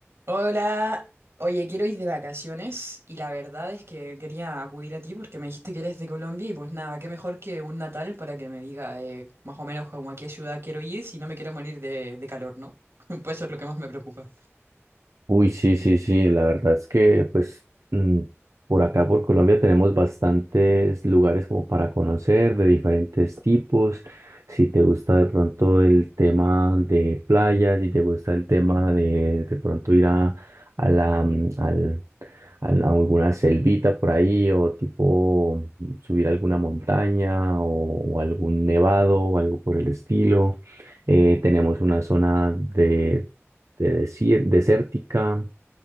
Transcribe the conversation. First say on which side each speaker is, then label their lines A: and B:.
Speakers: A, on the right (about 65°); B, on the right (about 80°).
A: Hola, oye, quiero ir de vacaciones y la verdad es que quería acudir a ti porque me dijiste que eres de Colombia y pues nada, qué mejor que un natal para que me diga eh, más o menos como a qué ciudad quiero ir si no me quiero morir de, de calor, ¿no? <laughs> Pues eso es lo que más me preocupa.
B: Uy, sí, sí, sí, la verdad es que pues mm, por acá, por Colombia, tenemos bastantes lugares como para conocer de diferentes tipos. Si te gusta de pronto el tema de playas, si te gusta el tema de de pronto ir a, a la, mm, al, a a alguna selvita por ahí o tipo subir alguna montaña o, o algún nevado o algo por el estilo. Eh, tenemos una zona de, de desier- desértica